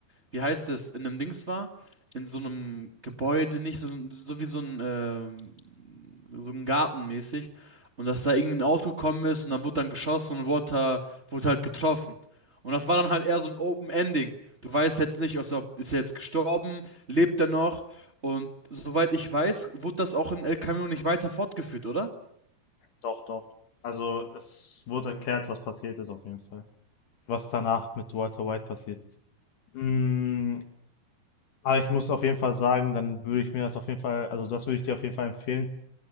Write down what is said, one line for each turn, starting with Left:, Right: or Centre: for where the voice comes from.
Right: wie heißt es, in einem Dings war, in so einem Gebäude, nicht so, so wie so ein, ähm, so ein Garten mäßig. Und dass da irgendwie ein Auto gekommen ist und dann wurde dann geschossen und wurde, da- wurde halt getroffen. Und das war dann halt eher so ein Open Ending. Du weißt jetzt nicht, also ob- ist er jetzt gestorben, lebt er noch? Und soweit ich weiß, wurde das auch in El Camino nicht weiter fortgeführt, oder?
Left: Doch, doch. Also es wurde erklärt, was passiert ist auf jeden Fall. Was danach mit Walter White passiert ist. Mm, aber ich muss auf jeden Fall sagen, dann würde ich mir das auf jeden Fall, also das würde ich dir auf jeden Fall empfehlen.